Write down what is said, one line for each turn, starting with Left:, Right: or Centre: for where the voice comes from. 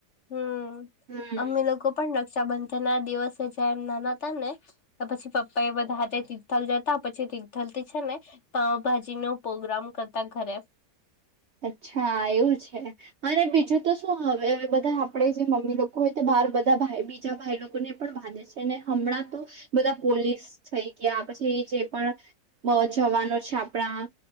Left: હમ
Right: હમ
Left: અમે લોકો. પણ રક્ષાબંધન ના દિવસે જે એમ નાના હતા ને. તો પછી પપ્પા એ બધા તિથલ જતા પછી તિર્થલ થી છે ને. પાાવભાજી નો પ્રગ્રામ કરતા ઘરે.
Right: અચ્છા એવું છે. અને બીજું તો શું હવે બધા આપડે જે મમ્મી લોકો હોય તો બાર બધા બીજા ભાઈ લોકો ને પણ બાંધે. હમણાં તો બધા પોલીસ થઈ ગયા પછી એ જે પણ. બ જવાનો છે આપણા.